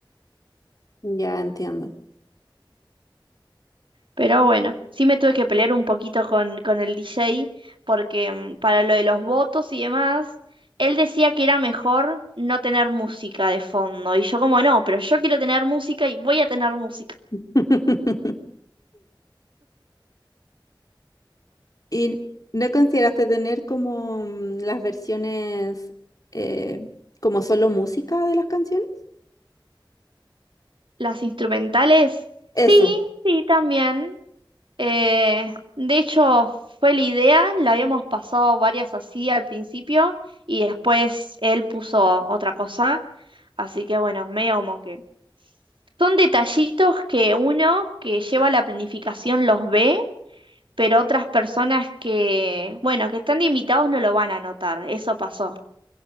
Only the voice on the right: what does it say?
Pero bueno, sí me tuve que pelear un poquito con, con el DJ porque mm, para lo de los votos y demás, él decía que era mejor no tener música de fondo. Y yo como no, pero yo quiero tener música y voy a tener música.
Las instrumentales, sí,
sí, también. Eh, de hecho, fue la idea, la habíamos pasado varias así al principio y después él puso otra cosa, así que bueno, medio como que... Son detallitos que uno que lleva la planificación los ve, pero otras personas que, bueno, que están de invitados no lo van a notar, eso pasó.